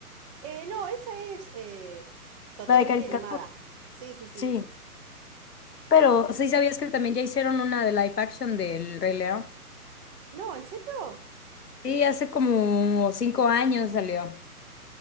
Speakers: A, on the right (about 25°); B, on the left (about 80°).
A: Eh, no, esa es eh, totalmente
B: La de caricatura.
A: animada. Sí, sí, sí.
B: Sí, pero sí sabías que también ya hicieron una de live action del Rey León.
A: No, ¿en serio?
B: Sí, hace como cinco años salió.